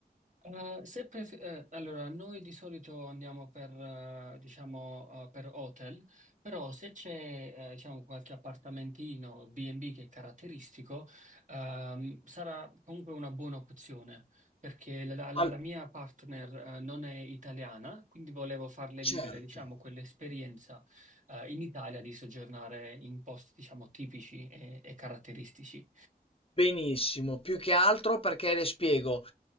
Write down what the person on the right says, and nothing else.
Eh, se pref- eh, allora, noi di solito andiamo per, eh, diciamo, eh, per hotel, però se c'è, eh, diciamo, qualche appartamentino o B&B che è caratteristico, ehm, sarà comunque una buona opzione, perché la, la-
la mia partner, eh, non è italiana, quindi volevo farle
vivere, diciamo, quell'esperienza, eh, in Italia di soggiornare in posti, diciamo, tipici e, e caratteristici.